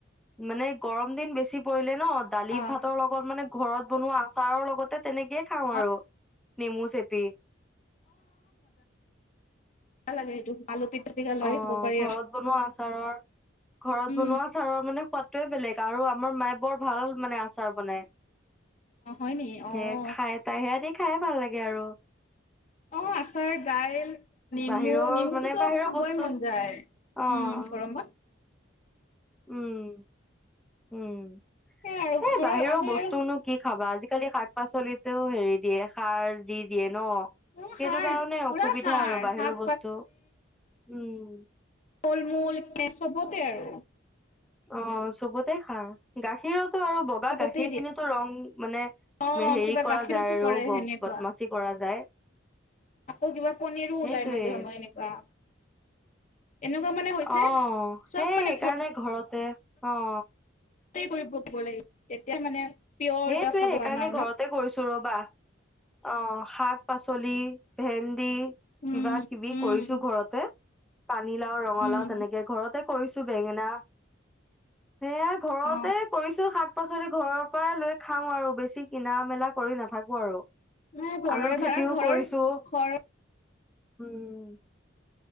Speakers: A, in the centre; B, on the left (about 35°).
A: মানে গৰম দিন বেছি পৰিলে ন, দালি,
B: অ',
A: ভাতৰ লগত মানে ঘৰত বনোৱা আচাৰৰ লগতে তেনেকেই খাওঁ
B: অ',
A: আৰু নেমু চেপি।
B: ভাল লাগে এইটো। আলু পিটিকা লৈ
A: অ'
B: খাব পাৰি
A: ঘৰত
B: আৰু
A: বনোৱা আচাৰ, ঘৰত
B: উম,
A: বনোৱা আচাৰৰ মানে সোৱাদ তোৰ বেলেগ আৰু আমাৰ মায়ে বৰ ভাল মানে আচাৰ বনায়।
B: অ', হয় নি
A: সে
B: অ',
A: খাই <unintelligible> সেয়া দি খাইয়ে ভাল লাগে আৰু।
B: অ' আচাৰ, দাইল, নেমু
A: বাহিৰৰ
B: নেমুটোতো
A: মানে বাহিৰৰ
B: খাবই
A: বস্তু
B: মন যায়,
A: অ',
B: উম গৰমত।
A: উম উম।
B: সেই আৰু
A: এ
B: ঘৰৰ
A: বাহিৰৰ
B: আমি
A: বস্তুনো
B: আৰু
A: কি খাবা, আজিকালি শাক শাক-পাচলিটো হেৰি দিয়ে, সাৰ দি দিয়ে ন?
B: উম,
A: সেইটো
B: সাৰ
A: কাৰণে
B: পুৰা
A: অসুবিধা
B: সাৰ
A: আৰু বাহিৰৰ
B: শাক
A: বস্তু। উম,
B: ফল-মূল সেই চবতে আৰু।
A: অ' চবতে সাৰ, গাখীৰতো আৰু বগা
B: চবতেই
A: গাখীৰ
B: দিয়ে
A: খিনোটো ৰং মানে
B: অ',
A: হেৰি
B: কিবা
A: কৰা
B: গাখীৰতো
A: যায় আৰু,
B: কৰে
A: বদমাছি
B: সেনেকুৱা
A: কৰা যায়।
B: আকৌ কিবা কণীৰো
A: সেইটোৱে
B: ওলাই মাজে সময়ে এনেকুৱা। এনেকুৱা মানে হৈছে
A: অ'
B: চব
A: সেই
B: মানে
A: সেইকাৰণে ঘৰতে, অ'।
B: <unintelligible> লাগিব তেতিয়া মানে পিয়ৰ
A: সেইটোয়ে,
B: কিবা খাব
A: সেইকাৰণে
B: পাম আৰু ন
A: ঘৰতে কৰিছো ৰবা! অ' শাক। শাক পাচলি ভেন্দি
B: উম
A: কিবা কিবি
B: উম
A: কৰিছোঁ ঘৰতে। পানীলাও ৰঙালাও
B: উম
A: তেনেকে ঘৰতে কৰিছোঁ বেঙেনা সেয়া ঘৰতে
B: অ
A: কৰিছোঁ শাক পাচলি ঘৰৰ পৰালৈ খাওঁ আৰু বেছি কিনা মেলা কৰি নাথাকো আৰু।
B: মানে ঘৰৰে
A: আলুৰ খেতিও
B: ভাল আৰু ঘৰৰ
A: কৰিছোঁ
B: ঘৰৰ
A: উম,